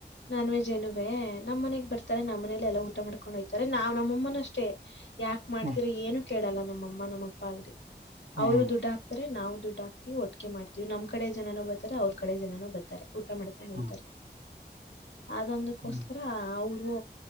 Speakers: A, on the left; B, on the right.
A: ನಾನ್ ವೇಜ ನುವೇ ನಮ್ಮ ಮನೆಗ್ ಬರ್ತಾರೆ ನಮ್ಮನೇಲಿ ಎಲ್ಲಾ ಊಟ ಮಾಡ್ಕೊಂಡು ಹಯ್ತಾರೆ ನಾವ್ ನಮ್ಮಮ್ಮನ ಅಷ್ಟೇ ಯಾಕ ಮಾಡ್ತೀರೋ
B: ಹ್ಮ್
A: ಏನು ಕೇಳಲ್ಲ ನಮ್ಮಅಮ್ಮ ನಮ್ಮಪ್ಪ ಆಗ್ರಿ
B: ಹ್ಮ್
A: ಅವ್ರು ದುಡ್ಡ ಅಖ್ತರೆ ನಾವು ದುಡ್ಡಾಕ್ತಿವಿ ಒಟ್ಕೆ ಮಾಡ್ತತಿವಿ ನಮ್ಮ ಕಡೆ ಜನೋ ಬರ್ತಾರೆ ಅವ್ರ ಕಡೆ ಜನೋ ಬರ್ತಾರೆ ಊಟ ಮಾಡ್ಕೊಂಡುೋಯ್ತಾರೆ
B: ಹ್ಮ್
A: ಅದೊಂದಕ್ಕೋಸ್ಕರ
B: ಹ್ಮ್
A: ಅವರು